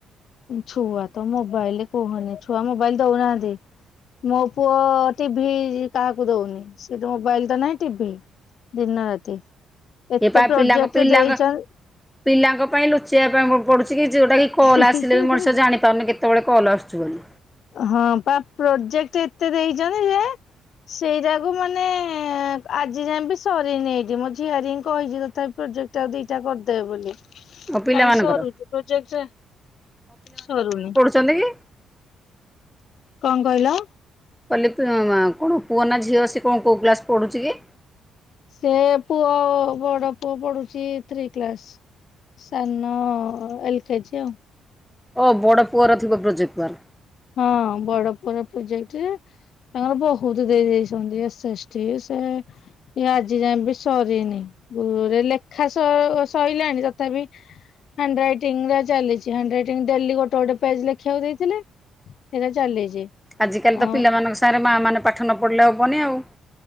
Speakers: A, on the left; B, in the centre.
A: ଛୁଆ ତ ମୋବାଇଲ କୁହନି ଛୁଆ ମୋବାଇଲ ଦଉନାହାନ୍ତି। ମୋ ପୁଅ ଟିଭି କାହାକୁ ଦଉନି ସେଇଟୁ ମୋବାଇଲ ତ ନାହିଁ ଟିଭି ଦିନ ରାତି ଏତେ
B: ଏ ପା
A: ପ୍ରୋଜେକ୍ଟ
B: ପିଲାଙ୍କ ପିଲାଙ୍କ
A: ଦେଇଛ
B: ପିଲାଙ୍କ ପାଇଁ ଲୁଚେଇବା ପାଇଁ ପଡୁଛି କି ଯୋଉଟା କି କଲ
A: ଦେଇଛନ୍ତି
B: ଆସିଲେ ବି ମଣିଷ ଜାଣି ପାରୁନି କେତେବେଳେ କଲ୍ ଆସୁଚି ବୋଲି।
A: ହଁ ବା ପ୍ରୋଜେକ୍ଟ ଏତେ ଦେଇଛନ୍ତି ଯେ ସେଇଟାକୁ ମାନେ ଆଜି ଯାଏ ବି ସରିନି ଏଠି ମୋ ଝିଆରିଙ୍କି କହିଛି ତଥାପି ପ୍ରୋଜେକ୍ଟ ଦିଇଟା କରିଦେବ ବୋଲି। କାଇଁ
B: ମୋ ପିଲାମାନଙ୍କର
A: ସରୁଛି ପ୍ରୋଜେକ୍ଟ ସରୁନି।
B: ଛନ୍ତି କି?
A: କଣ କହିଲ?
B: କହିଲି କଣ ପୁଅ ନା ଝିଅ ଅଛି କଣ କୋଉ କ୍ଲାସ୍ ପଢ଼ୁଛି କି?
A: ସେ ପୁଅ ବଡ ପୁଅ ପଢୁଛି ଥ୍ରୀ କ୍ଲାସ୍। ସାନ ଏଲ କେଜି ଆଉ।
B: ଓ ବଡ଼ ପୁଅର ଥିବ ପ୍ରୋଜେକ୍ଟ ୱାକ୍?
A: ହଁ ବଡପୁଅର ପ୍ରୋଜେକ୍ଟ। ତାଙ୍କର ବହୁତ ଦେଇ ଦେଇଛନ୍ତି ଏସ ଏସ ଟି ସେ ଆଜି ଯାଏ ବି ସରିନି ଗୁରୁରେ ଲେଖା ସ ସଇଲାଣି ତଥାପି ହ୍ୟାଣ୍ଡରାଇଟିଙ୍ଗ ରା ଚାଲିଛି ହଣ୍ଡରାଇଟିଙ୍ଗ ଡେଲି ଗୋଟେ ଗୋଟେ ପେଜ ଲେଖିବାକୁ ଦେଇଥିଲେ। ସେଇଟା ଚାଲିଛି।
B: ଆଜିକାଲି ତ
A: ଆଉ
B: ପିଲାମାନଙ୍କ ସାଙ୍ଗରେ ମାଆ ମାନେ ପାଠ ନ ପଢ଼ିଲେ ହବନି ଆଉ।